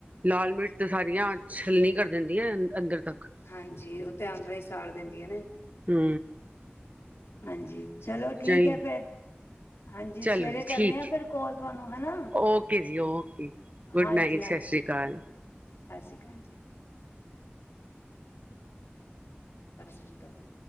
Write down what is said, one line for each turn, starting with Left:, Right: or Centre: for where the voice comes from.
Right: ਲਾਲ ਮਿਰਚ ਤੇ ਸਾਰੀਆਂ ਛੱਲਣੀ ਕਰ ਦਿੰਦੀਆਂ ਅੰਦਰ ਤੱਕ।
Left: ਹਾਂਜੀ ਓ ਤੇ ਅਦਰਾ ਹੀ ਸਾੜ ਦਿੰਦੀਆਂ ਨੇ।
Right: ਹੂ।
Left: ਹਾਂਜੀ, ਚਲੋ ਠੀਕ
Right: ਹੀ
Left: ਹੈ ਫਿਰ। ਹਾਂਜੀ
Right: ਚਲੋ
Left: ਸਵੇਰੇ
Right: ਜੀ ਠੀਕ
Left: ਕਰਨੇ ਆ
Right: ਹੈ,
Left: ਫਿਰ ਕੋਲ ਤੁਹਾਨੂੰ ਹੈਨਾ।
Right: ਓਕੇ ਜੀ ਓਕੇ ਗੁੱਡ
Left: ਹਾਂਜੀ-
Right: ਨਾਈਟ
Left: ਹਾਂਜੀ
Right: ਸਤਿ ਸ਼੍ਰੀ ਅਕਾਲ।
Left: ਸਤਿ ਸ੍ਰੀ ਅਕਾਲ ਜੀ। ਸਸ ਮਟ ਵ